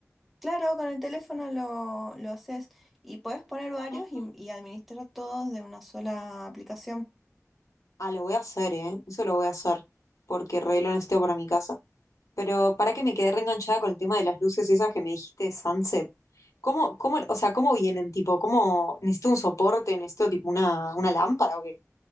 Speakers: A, in the centre; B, on the left (about 85°).
A: Claro, con el teléfono lo, lo haces y puedes poner varios
B: Ah,
A: y, y administrar todos de una sola aplicación.
B: Ah, lo voy a hacer, ¿eh? Eso lo voy a hacer, porque re lo necesito para mi casa. Pero para que me quedé reenganchada con el tema de las luces esas que me dijiste, de Sunset. ¿Cómo, cómo, o sea, cómo vienen, tipo, cómo, necesito un soporte, necesito tipo una, una lámpara o qué?